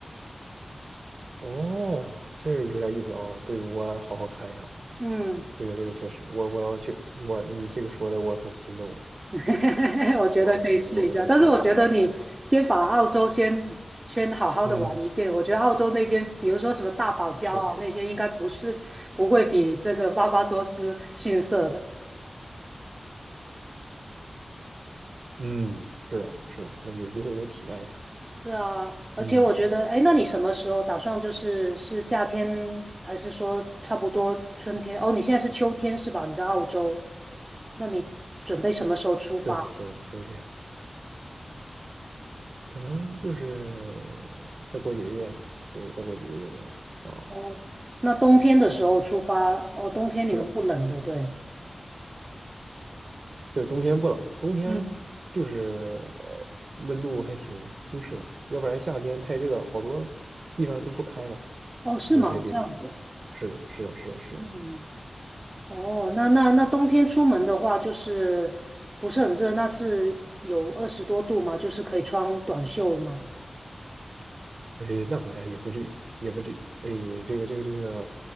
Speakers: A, on the right; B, on the right.
A: 哦，这个有点意思啊，这个我好好看一下。
B: 嗯，
A: 这个这个确实，我我要去，我你这个说的我很心动，
B: <laughs> 我觉得可以试一下，
A: 我要去我要去看一下啊。
B: 但是我觉得你先把澳洲先先好好的玩一遍。
A: 现在，嗯
B: 我觉得澳洲那边，比如说什么大堡礁啊那些，
A: 是
B: 应该不是不会比这个巴巴多斯逊色的。
A: 嗯是的，是的，那有机会都体验一下。
B: 是啊，而且我觉得，
A: 嗯，
B: 哎，那你什么时候打算就是是夏天，还是说差不多春天？哦，你现在是秋天是吧？你在澳洲，那你准备什么时候出发？
A: 对，是的，秋天可能就是再过几个月，就是再过几个月那样啊。
B: 哦，那冬天的时候出发，哦，冬天你们不冷的，
A: 是的，
B: 对。
A: 对，冬天不冷，冬天就是
B: 嗯。
A: 呃温度还挺舒适的，要不然夏天太热，好多地方都不开了，
B: 哦，是吗？
A: 有一些地方。
B: 这样子，
A: 是的，是的，是的，
B: 嗯，
A: 是的。
B: 哦，那那那冬天出门的话，就是不是很热，那是有二十多度吗？就是可以穿短袖吗？
A: 哎，那好像也不至于，也不至于。哎，这个这个这个，